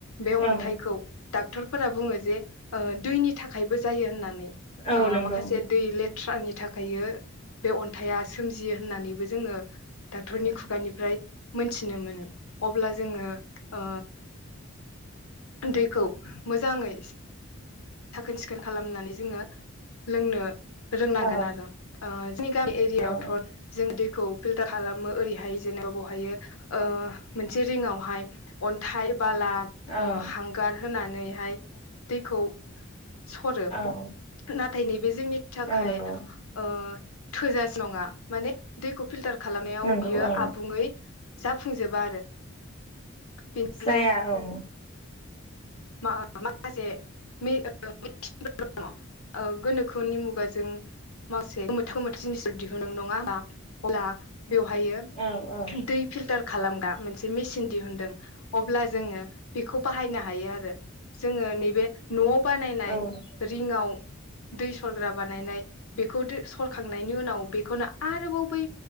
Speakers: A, on the left; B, on the left.
A: बे अन्थाइखौ
B: औ
A: डाक्टर फोरा बुङो जे दैनि थाखायबो जायो होननानै
B: औ
A: ओ
B: नंगौ
A: माखासे दै ले ट्ररानि थाखाय गायो बे अन्थाइा सोमजियो होननानैबो जोङो डाक्टरनि
B: औ
A: खुगानिफ्राय मोनथिनो मोनो। अब्ला जोङो ओ दैखौ मोजाङै साखोन-सिखोन खालामनानै जोङो लोंनो रोंनांगोन
B: औ
A: आरो। ओ जोंनि गामि एरियाायावथ'
B: औ
A: जों दै खौ फिलतार खालामो ओरैहाय जेनेबा बेह मोनसे रिंवहाय अन्थाय बाला
B: औ
A: हांगार होनानैहाय दैखौ सरो
B: औ
A: ना थायनि बे जोंनि थाखाय
B: औ नंगौ
A: ओ थोजासे नङा माने दैखौ फिलतार खालामनायाव
B: नंगौ
A: बियो
B: औ
A: आबुङै जाफुंजोबा आरो बेनिखायनो
B: जाया औ
A: माखासे दङ गोनोखोनि मुगा जों जों गोमोथाव गोमोथाव जिनिसफोर दिहुनो नङा होमब्ला बेवहायो
B: औ औ
A: दै फिल्टार खालामग्रा मोनसे मेचिन दिहुनदों अब्ला जोङो बेखौ बाहायनो हायो आरो जोङो नैे बे न'आव बानायनाय
B: औ नंगौ
A: रिङाव दै सरग्रा बानायनाय बेखौ दै सरखांनायनि उनाव बेखौनो आरोबाव बै